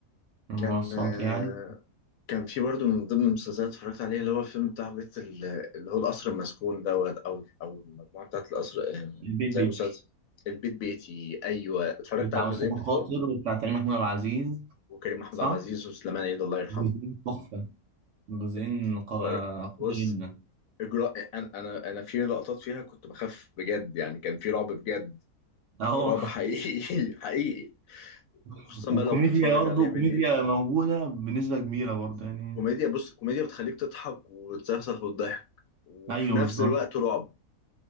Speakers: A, on the right; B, on the left.
A: من المنصات
B: كان آه،
A: يعني
B: كان في برضه من ضمن المسلسلات اللي اتفرجت عليها اللي هو الفيلم بتاع بيت ال- اللي هو القصر المسكون دوت او او المجموعه بتاعت القصر آه،
A: البيت
B: زي
A: بيتي
B: مسلسل البيت بيتي ايوه اتفرجت
A: بتاع
B: على الجزئين
A: مصطفى
B: بتوعه
A: خاطر وبتاع كريم محمود عبد العزيز
B: وكريم محمود
A: صح؟
B: عبد العزيز وسليمان عيد الله يرحمه
A: جزئين تحفة جزئين
B: اتفر-
A: قا- قوية
B: بص
A: جدا
B: اجراء انا انا انا في لقطات فيها كنت بخاف بجد يعني كان في رعب بجد
A: اهو
B: رعب حقيقي <laughs> حقيقي وخصوصا
A: <laughs> والكوميديا
B: بقى لو تتفرج
A: برضه
B: عليه بالليل
A: كوميديا موجودة بنسبة كبيرة برضه يعني
B: كوميديا بص كوميديا بتخليك تضحك وتسخسخ وتضحك وفي
A: ايوه
B: نفس
A: بالظبط
B: الوقت رعب